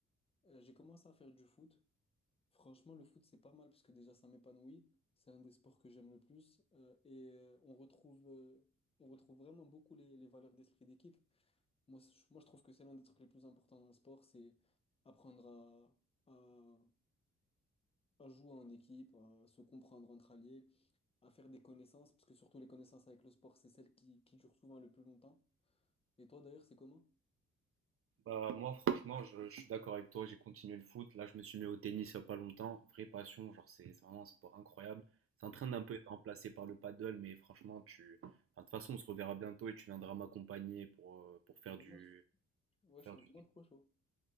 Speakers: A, on the left; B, on the right.
A: Euh, j'ai commencé à faire du foot. Franchement, le foot, c'est pas mal parce que déjà, ça m'épanouit. C'est un des sports que j'aime le plus. euh, et euh, on retrouve, euh, on retrouve vraiment beaucoup les, les valeurs d'esprit d'équipe. Moi, c- moi, je trouve que c'est l'un des trucs les plus importants dans le sport, c'est apprendre à, à, à jouer en équipe, à se comprendre entre alliés, à faire des connaissances, parce que surtout les connaissances avec le sport, c'est celles qui, qui durent souvent le plus longtemps. Et toi, d'ailleurs, c'est comment?
B: Bah, moi, franchement, je, je suis d'accord avec toi. J'ai continué le foot. Là, je me suis mis au tennis il n'y a pas longtemps. Vraie passion. Genre, c'est c'est vraiment un sport incroyable. C'est
A: Mm.
B: en train d'un peu être remplacé par le paddle, mais franchement, tu... enfin, de toute façon, on se reverra bientôt et tu viendras m'accompagner pour, euh, pour faire
A: Moi,
B: du...
A: je, ouais,
B: pour faire
A: je suis
B: du...
A: vraiment trop chaud.